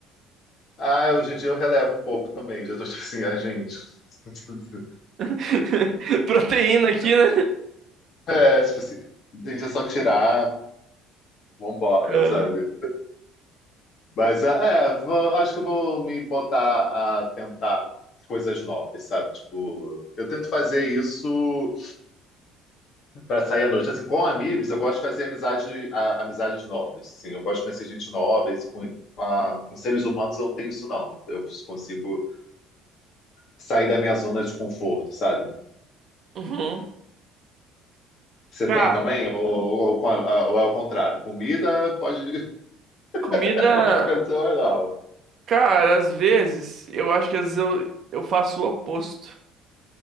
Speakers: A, on the left; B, on the right.
A: Ah, hoje em dia eu relevo um pouco também. Já tô tipo assim, ah, gente. <laughs>
B: <laughs> Proteína aqui, né?
A: É, tipo assim, gente, é só tirar, vambora,
B: Ah,
A: sabe? Mas é, é, vou- acho que eu vou me botar a tentar coisas novas, sabe? Tipo, eu tento fazer isso para sair à noite. Assim, com amigos, eu gosto de fazer amizade, a- amizades novas. Sim, eu gosto de conhecer gente nova. Isso com, com a- com seres humanos eu não tenho isso, não. Eu consigo sair da minha zona de conforto, sabe?
B: Uhum.
A: Você
B: Cara,
A: tem também? Ou, ou, com a- ou é o contrário? Comida pode. ir,
B: comida.
A: <laughs> Agora, a pessoa não.
B: Cara, às vezes, eu acho que às vezes eu, eu faço o oposto.